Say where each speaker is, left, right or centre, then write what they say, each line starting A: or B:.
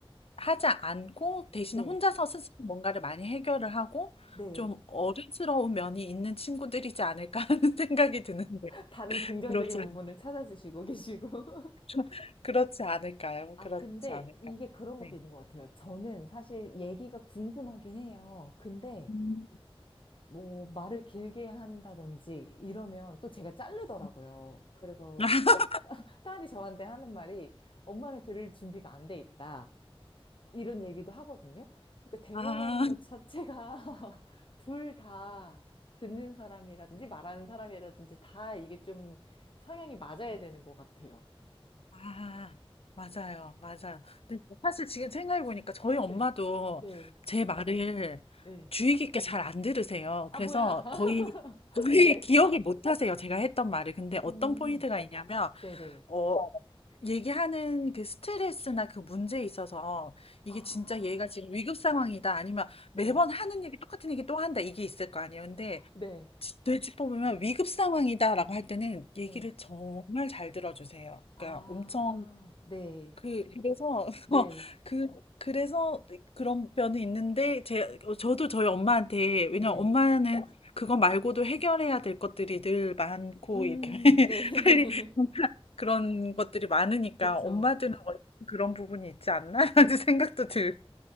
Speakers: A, on the left; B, on the left.
A: 하지 않고 대신
B: 네.
A: 혼자서 스스로 뭔가를 많이 해결을 하고
B: 네.
A: 좀 어른스러운 면이 있는 친구들이지 않을까 하는 <laughs> 생각이 드는데
B: 다른 긍정적인
A: 그렇지 않
B: 부분을 찾아주시고 계시고. <laughs>
A: 좀 그렇지 않을까요?
B: 아,
A: 그렇지
B: 근데
A: 않을까요?
B: 이게 그런 것도
A: 네.
B: 있는 것 같아요. 저는 사실 얘기가 궁금하긴 해요. 근데
A: 음.
B: 뭐 말을 길게 한다든지 이러면 또 제가 자르더라고요.
A: 음.
B: 그래서
A: 아,
B: 딸이 저한테 하는 말이 엄마는 들을 준비가 안 돼 있다. 이런 얘기도 하거든요. 그러니까 대화라는
A: 아, 아.
B: 것 자체가 <laughs> 둘 다 듣는 사람이라든지 말하는 사람이라든지 다 이게 좀 성향이 맞아야
A: 아.
B: 되는 것 같아요.
A: 아, 맞아요. 맞아요. 근데 뭐 사실 지금 생각해 보니까 저희 엄마도
B: 네, 네,
A: 제 말을
B: 네.
A: 주의 깊게 잘 안 들으세요.
B: 아,
A: 그래서
B: 뭐야.
A: 거의
B: <laughs>
A: 거의
B: 네.
A: 기억을 못 하세요. 제가 했던 말을. 근데 어떤
B: 음,
A: 포인트가 있냐면
B: 네네.
A: 어 얘기하는 그 스트레스나 그 문제에 있어서 이게
B: 아,
A: 진짜 얘가 지금 위급 상황이다 아니면
B: 네,
A: 매번 하는 얘기 똑같은 얘기 또 한다 이게 있을 거 아니에요. 근데
B: 네,
A: 지- 되짚어보면 위급 상황이다라고 할 때는 얘기를
B: 네.
A: 정말 잘 들어주세요.
B: 아,
A: 그러니까 엄청
B: 네,
A: 그 그래서 <laughs>
B: 네,
A: 그 그래서 네 그런 면이 있는데 제 어 저도 저희 엄마한테 왜냐면
B: 네.
A: 엄마는 그거 말고도 해결해야 될 것들이 늘 많고
B: 음,
A: 이렇게 <laughs>
B: 네. <laughs>
A: 빨리 그런 것들이 많으니까
B: 그쵸.
A: 엄마들은 원래 그런 부분이 있지 않나? <laughs> 라는 생각도 들고